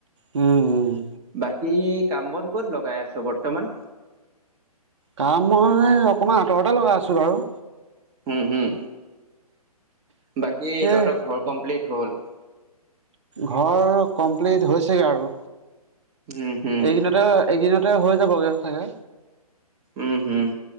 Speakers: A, on the right (about 50°); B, on the right (about 20°).
A: উম -উম।
B: বাকী কাম বন ক'ত লগাই আছ বৰ্তমান?
A: কাম মই অকমান আঁতৰতে লগাই আছোঁ বাৰু।
B: হম হম। বাকী তহঁতৰ
A: এই
B: ঘৰ কমপ্লিট হ'ল?
A: ঘৰ কমপ্লিট হৈছেগে আৰু।
B: উম হম
A: এইকিদিনতে এইকিদিনত তে হৈ যাবগে চাগে।
B: উম হম,